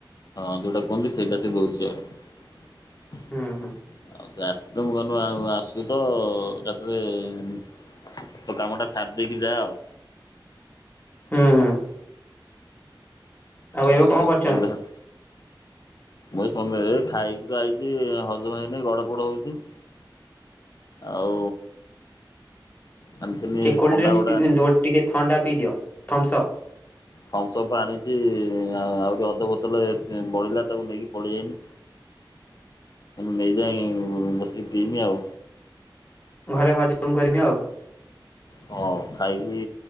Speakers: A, on the left (about 50°); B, on the left (about 25°).
A: ହଁ ଯୋଉଟା କୁହନ୍ତି ସେଇଟା ସେ ଦଉଛି ଆଉ।
B: ହୁଁ ହୁଁ।
A: ଆଉ ସେ ଆସିଲେ ମୁଁ କହିଲି ଆଉ ଆସିଚୁ ତ ଏକାଥରେ ତୋ କାମଟା ସାରି ଦେଇକି ଯା ଆଉ।
B: ହୁଁ ହୁଁ।
A: ଆଉ
B: ଏବେ କଣ କରୁଛ?
A: ସନ୍ଦେହ। ମୁ ଏ ସମୟ ଖାଇକି ତ ଆଇଛି ହଜମ୍ ହେଇନେଇ ଗଡପଡ ହଉଛି। ଆଉ ଆଣିଥିନି
B: ଟିକେ କୋଲ୍ଡଡ୍ରିଙ୍କସ୍
A: ଥଣ୍ଡାଗୁଡା
B: ପି
A: ଆଣିଥିନି।
B: ଯୋଉ ଟିକେ ଥଣ୍ଡା ପିଇଦିଅ ଥମ୍ସସପ୍।
A: ଫମ୍ସପ୍ ପା ଆଣିଛି ଆ ଆହୁରି ଅଧ ବୋତଲେ ବଳିଲା ତାକୁ ନେଇକି ପଳିଆଇନି। ମୁ ନେଇଯାଏ ବସିକି ପିମି ଆଉ।
B: ଘରେ ହଜମ୍ କରିମି ଆଉ।
A: ହଁ ଖାଇକି